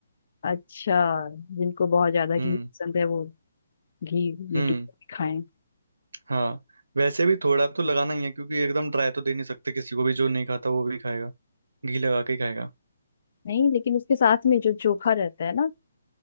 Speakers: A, on the left; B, on the right.
A: अच्छा जिनको बहुत ज्यादा
B: हम्म
A: घी पसंद है वो घी में
B: हम्म
A: डुबो के खाएं
B: हाँ वैसे भी थोड़ा तो लगाना ही है क्योंकि एकदम ड्राई तो दे नहीं सकते किसी को भी जो नहीं खाता वो भी खाएगा घी लगा के ही खाएगा
A: नहीं लेकिन उसके साथ में जो चोखा रहता है ना